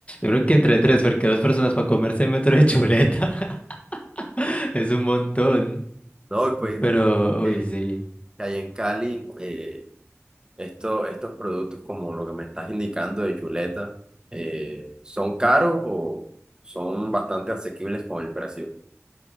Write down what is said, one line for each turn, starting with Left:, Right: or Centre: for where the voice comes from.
Left: creo que entre tres, porque dos personas para comerse un metro de chuleta <laughs> es un montón.
Right: No, Y pues
Left: Pero,
Right: me imagino que,
Left: uy, sí.
Right: que allá en Cali, eh, Esto, estos productos, como lo que me estás indicando de chuleta, eh, ¿son caros o son bastante asequibles con el precio?